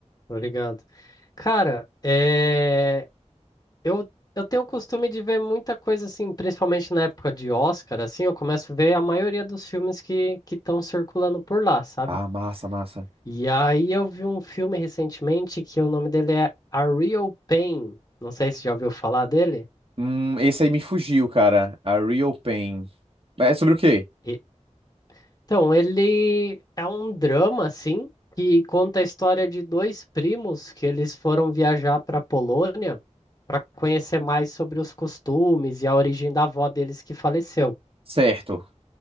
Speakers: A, on the left (about 30°); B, on the right (about 50°).
A: tô ligado. Cara, é... eu, eu tenho o costume de ver muita coisa assim, principalmente na época de Oscar, assim, eu começo a ver a maioria dos filmes que que estão circulando por lá, sabe?
B: Ah, massa, massa.
A: E aí eu vi um filme recentemente que o nome dele é A Real Pain. Não sei se já ouviu falar dele.
B: Hum, esse aí me fugiu, cara. A Real Pain. É sobre o quê?
A: E- Então, ele é um drama, assim, que conta a história de dois primos que eles foram viajar para a Polônia para conhecer mais sobre os costumes e a origem da avó deles que faleceu.
B: Certo.